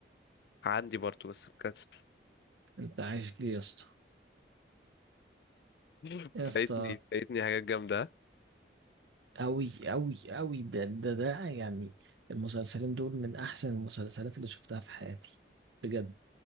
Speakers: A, on the left; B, on the right.
A: عندي برضه بس مكسل
B: انت عايش ليه يا اسطى
A: <laughs>
B: يا
A: فايتني
B: اسطى
A: فايتني حاجات جامدة
B: أوي أوي أوي ده ده ده يعني المسلسلين دول من أحسن المسلسلات اللي شفتها في حياتي بجد